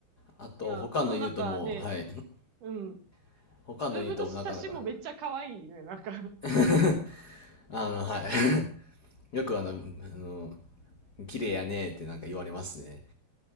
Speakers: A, on the left (about 80°); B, on the right (about 55°).
A: あと、
B: いや、
A: 他の犬とも、
B: このなんかね、
A: はい。
B: うん。
A: <coughs> 他の犬ともなかなか
B: ズームの写真もめっちゃ可愛いね、なんか。
A: <laughs> あの、はい。<laughs> よくあの、あの、綺麗やねーってなんか言われますね。